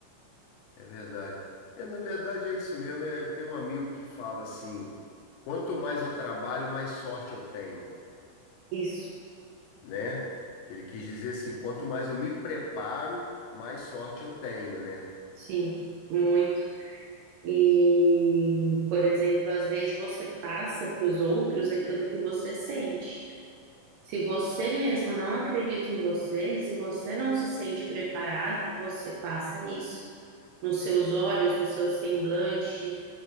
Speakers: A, on the left (about 85°); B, on the right (about 70°).
A: é verdade. É, na verdade é isso mesmo. É, tem um amigo que fala assim: quanto mais eu trabalho, mais sorte eu tenho.
B: Isso,
A: né? Que ele quis dizer assim, quanto mais eu me preparo, mais sorte eu tenho, né?
B: sim, muito. E, por exemplo, às vezes você passa para os outros aquilo que você sente. Se você mesmo não acredita em você, se você não se sente preparado, você passa isso nos seus olhos, no seu semblante